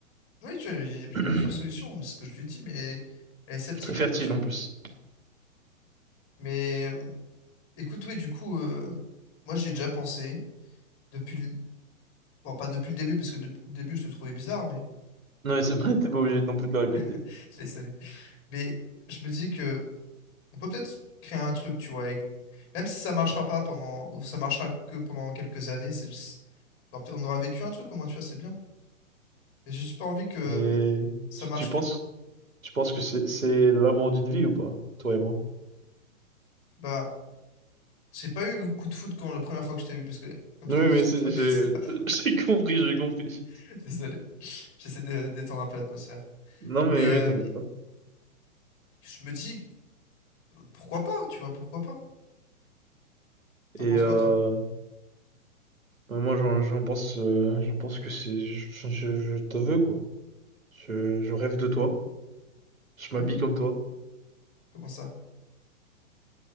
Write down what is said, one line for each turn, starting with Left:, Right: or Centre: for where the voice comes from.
Left: Oui, tu vois, il
Right: <clears throat>
Left: y, a il
Right: Je
Left: y a plusieurs solutions, c'est ce que je lui dis, mais elle est sceptique
Right: suis très fertile
Left: un peu, tu vois.
Right: en plus.
Left: Mais euh, écoute, oui, du coup, euh, moi, j'ai déjà pensé, depuis le... bon, pas depuis le début, parce que depuis le début, je te trouvais bizarre, mais
Right: Non, mais c'est pas, <laughs> t'es pas obligé non plus de le répéter.
Left: <laughs> laisse aller. Mais je me dis que on peut peut-être créer un truc, tu vois, avec... même si ça marchera pas pendant, ou ça marchera que pendant quelques années, c'est... c'est- bah, peut-être on aura vécu un truc au moins, tu vois, c'est bien. Et j'ai juste pas envie que
Right: Mais
Left: ça
Right: tu,
Left: marche
Right: tu penses,
Left: que.
Right: tu penses que c'est, c'est l'amour d'une vie ou pas, toi et moi?
Left: Bah, j'ai pas eu le coup de foudre quand la première fois que je t'ai vu, parce que, comme
Right: Oui,
Left: je t'ai dit,
Right: mais
Left: je
Right: c'est-
Left: te trouvais
Right: j'ai,
Left: bizarre.
Right: <laughs> j'ai compris, j'ai compris.
Left: <laughs> Désolé. J'essaie de détendre un peu l'atmosphère.
Right: Non,
Left: Mais
Right: mais
Left: euh,
Right: oui, t'inquiète pas.
Left: je me dis, pourquoi pas, tu vois, pourquoi pas? T'en
Right: Et
Left: penses
Right: euh,
Left: quoi, toi?
Right: bah, moi, j'en, j'en pense, euh, j'en pense que c'est, je, je, je te veux quoi. Je, je rêve de toi. Je m'habille
Left: Ah oui,
Right: comme toi.
Left: comment ça?